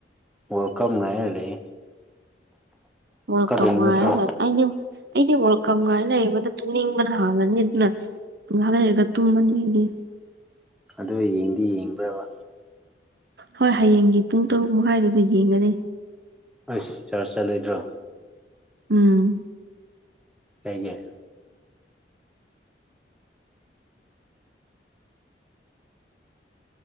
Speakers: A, in the centre; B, on the right (about 65°).
A: ꯋꯥꯜꯀꯞ ꯉꯥꯏꯔ ꯂꯩ
B: ꯋꯥꯜꯀꯞ
A: ꯌꯦꯡꯉꯣꯏꯗ꯭ꯔꯣ
B: ꯉꯥꯏꯔ ꯂꯩ ꯑꯩꯗꯤ ꯑꯩꯗꯤ ꯋꯥꯜꯀꯞ ꯉꯥꯏꯔ ꯂꯩꯕꯗ ꯇꯨꯡꯅꯤꯡꯕꯅ ꯍꯥꯜꯂꯅꯤ ꯑꯗꯨꯅ ꯉꯍꯥꯛ ꯂꯩꯔꯒ ꯇꯨꯝꯃꯅꯤ ꯑꯩꯗꯤ
A: ꯑꯗꯣ ꯌꯦꯡꯗꯤ ꯌꯦꯡꯕ꯭ꯔꯕ
B: ꯍꯣꯏ ꯍꯌꯦꯡꯒꯤ ꯄꯨꯡ ꯇꯔꯨꯛ ꯃꯈꯥꯏꯗꯨꯗ ꯌꯦꯡꯒꯅꯤ
A: ꯑꯁ ꯆꯥꯔꯆ ꯆꯠꯂꯣꯏꯗ꯭ꯔꯣ
B: ꯎꯝ
A: ꯀꯩꯒꯤ